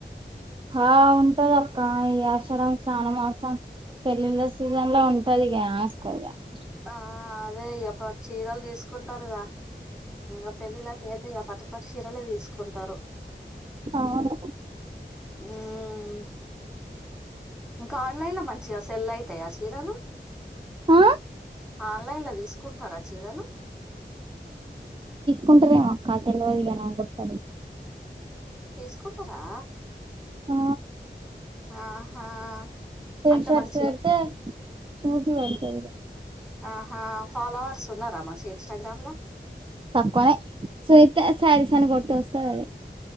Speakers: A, on the right; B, in the centre.
A: హా ఉంటదక్క ఈ ఆశడం శ్రావణమా. సం పెళ్లిల సీజన్ లో ఉంటదిగా. <unintelligible>
B: ఆ అదే ఇగ పట్ చీరలు తీసుకుంటారుగా ఇంగ పెళ్లిళ్లకయితే ఇగ పట్. పట్టు చీరలే తీసుకుంటారు
A: అవును
B: మ్ మ్ ఇంకా ఆన్లైన్లో మంచిగా సెల్ అయితాయా చీరలు.
A: ఆ
B: ఆన్లైన్ లో తీసుకుంటారా చీరలు?
A: కుంటారేమో అక్క తెల్వదిగ నాగుక్క అది
B: తీసుకుంటారా
A: ఆ
B: ఆహా!
A: స్క్రీన్షర్ట్స్
B: అంత మంచిగా
A: పెడితే చూసి పెడతదిగా.
B: ఆహా ఫాలోవర్స్ ఉన్నారా మంచిగా ఇన్స్టాగ్రామ్లా.
A: తక్కువనే <unintelligible> త శారీసని కొట్టు వస్తది అదే.